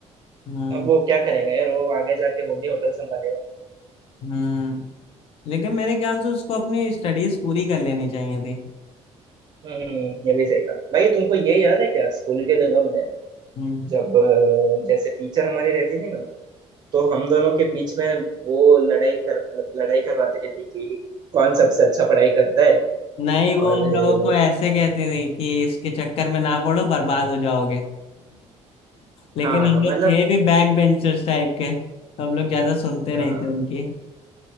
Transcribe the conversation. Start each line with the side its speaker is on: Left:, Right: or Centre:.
Left: हम्म
Right: अब वो क्या करेगा यार वो आगे जाके वो भी होटल संभालेगा
Left: हम्म लेकिन मेरे ख्याल से उसको अपनी स्टडीज पूरी कर लेनी चाहिए थी
Right: हम्म ये भी सही कहा भाई तुमको ये याद है क्या स्कूल के दिनों में
Left: हम्म
Right: जब अ, जैसे टीचर हमारे रहते थे ना तो हम दोनों के बीच में वो लड़ाई कर मतलब लड़ाई करवाते थे कि कौन सबसे अच्छा पढ़ाई करता है
Left: नहीं वो
Right: और
Left: हम
Right: अ,
Left: लोगों को ऐसे कहती थी कि इसके चक्कर में ना पड़ो बर्बाद हो जाओगे <laughs> लेकिन
Right: हाँ
Left: हम लोग
Right: मतलब
Left: थे भी बैक बेंचर्स टाइप के तो हम लोग ज्यादा सुनते नहीं
Right: हाँ
Left: थे उनकी